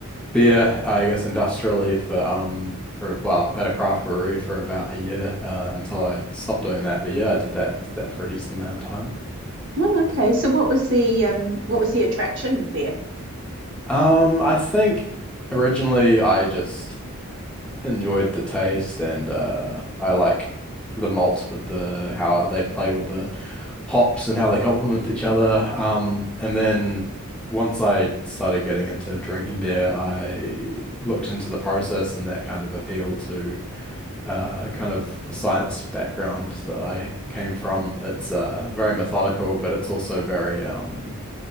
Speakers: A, in the centre; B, on the right (about 55°).
A: beer, I guess industrially for um for well at a craft brewery for about a year uh, until I stopped doing that. But yeah, I did that did that for a decent amount of time.
B: Oh, okay. So what was the um what was the attraction with beer?
A: Um, I think originally I just enjoyed the taste and uh I like the malts with the how they play with the hops and how they complement each other. Um and then once I started getting into drinking beer, I looked into the process and that kind of appealed to uh kind of the science background that I came from. It's uh very methodical, but it's also very um